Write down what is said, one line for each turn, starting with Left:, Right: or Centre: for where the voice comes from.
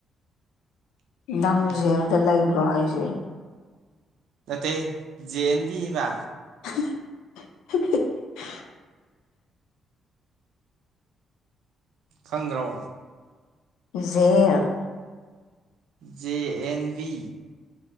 Left: ꯅꯪ
Right: ꯑꯩꯗꯤ
Left: ꯖꯦꯜꯗ ꯂꯩꯕ꯭ꯔꯣ ꯍꯥꯏꯁꯦ
Right: ꯅꯠꯇꯦ ꯍꯦ ꯖꯦ ꯑꯦꯟꯕꯤꯕ
Left: <unintelligible>
Right: ꯈꯪꯗ꯭ꯔꯣ
Left: ꯖꯦꯜ
Right: ꯖꯦ ꯑꯦꯟ ꯕꯤ